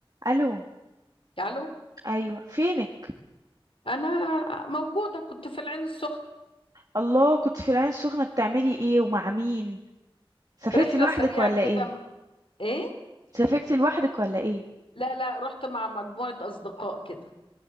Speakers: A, on the right; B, on the left.
A: الو
B: الو
A: ايوه فينك
B: انا موجوده كنت في العين السخنه
A: الله كنت في العين السخنه بتعملي ايه ومع مين سافرتي
B: رحله
A: لوحدك
B: سريعه
A: ولا
B: كده
A: ايه
B: م- ايه
A: سافرتي لوحدك ولا ايه
B: لا لا رحت مع مجموعه اصدقاء كده